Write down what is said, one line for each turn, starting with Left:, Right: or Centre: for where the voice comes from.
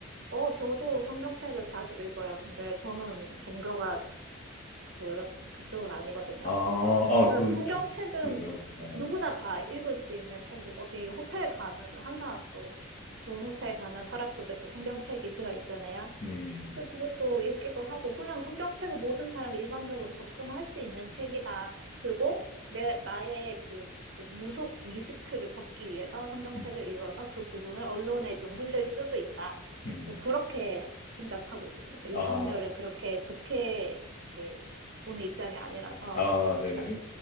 Right: 어, 저도 성경책을 자주 읽어요. 근데 저는 종교가 그렇, 그쪽은 아니거든요.
Left: 아, 아,
Right: 네,
Left: 그,
Right: 성경책은
Left: 저- 그러세요. 어,
Right: 누구나 다 읽을 수 있는 책이고, 어디 호텔 가면 은 항상 또 좋은 호텔 가면 서랍 속에 또 성경책이 들어있잖아요.
Left: 음,
Right: 그, 그것도 읽기도 하고, 그냥 성경책은 모든 사람이 일반적으로 접근할 수 있는 책이다. 그리고 내, 나의 그, 그 무속 리스크를 벗기 위해서 성경책을
Left: 음,
Right: 읽어서 그 부분을 언론에 좀 흘릴 수도 있다.
Left: 음.
Right: 좀 그렇게 생각하고 있습니다. 윤석열을
Left: 아,
Right: 그렇게 좋게 이렇게 보는 입장이 아니라서,
Left: 아, 네네.
Right: 그래서,